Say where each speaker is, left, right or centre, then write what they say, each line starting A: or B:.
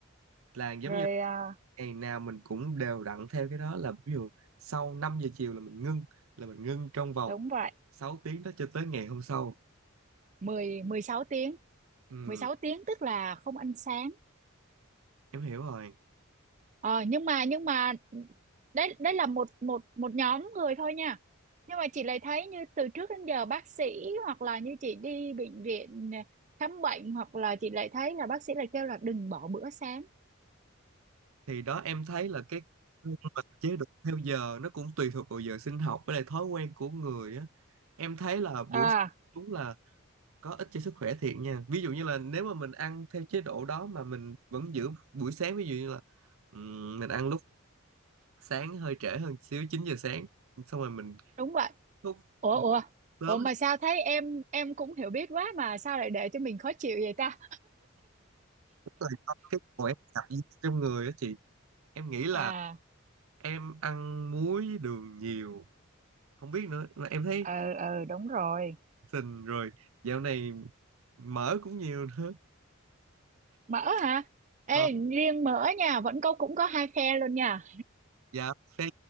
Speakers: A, on the right; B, on the right.
A: là giống
B: rồi
A: như
B: à,
A: ngày nào mình cũng đều đặn theo cái đó là ví dụ sau 5 giờ chiều là mình ngưng là mình ngưng trong vòng
B: đúng vậy
A: 6 tiếng đó cho tới ngày hôm sau
B: mười mười sáu tiếng
A: ừ
B: mười sáu tiếng tức là không ăn sáng
A: em hiểu rồi
B: ờ nhưng mà nhưng mà đấy đấy là một một một nhóm người thôi nha nhưng mà chị lại thấy như từ trước đến giờ bác sĩ hoặc là như chị đi bệnh viện ờ, khám bệnh hoặc là chị lại thấy là bác sĩ lại kêu là đừng bỏ bữa sáng
A: thì đó em thấy là cái mà chế độ theo giờ nó cũng tùy thuộc vào giờ sinh học với lại thói quen của người á em thấy là
B: <laughs>
A: buổi
B: à
A: sáng đúng là có ích cho sức khỏe thiệt nha ví dụ như là nếu mà mình ăn theo chế độ đó mà mình vẫn giữ buổi sáng ví dụ như là ừm, mình ăn lúc sáng hơi trễ hơn xíu 9 giờ sáng xong rồi mình
B: đúng vậy
A: thức
B: ủa ủa
A: sớm
B: ủa mà
A: đúng
B: sao thấy em em cũng hiểu biết quá mà sao lại để cho mình khó chịu vậy ta
A: rồi cho cái khỏe tập gym trong người á chị em nghĩ là
B: à
A: em ăn muối đường nhiều không biết nữa mà em thấy
B: ờ ờ đúng rồi
A: sình rồi dạo này mỡ cũng nhiều nữa
B: mỡ hả ê
A: Ờ,
B: riêng mỡ nha vẫn có cũng có hai phe luôn nha
A: dạ phê